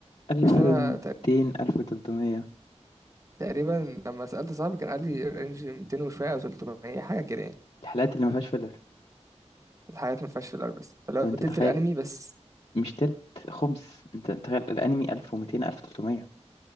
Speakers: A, on the left (about 60°); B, on the right (about 30°).
A: 1200
B: عشان انا تق-
A: 1300
B: تقريبا لما سالت صاحبي كان قال لي رينج 200 وشويه او 300 حاجه كده يعني
A: الحلقات اللي ما فيهاش فيلر
B: الحاجات ما فيهاش فيلر بس فلو
A: طب
B: تلت
A: انت تخيل
B: الانمي بس
A: مش تلت خمس انت تخيل الانمي 1200 1300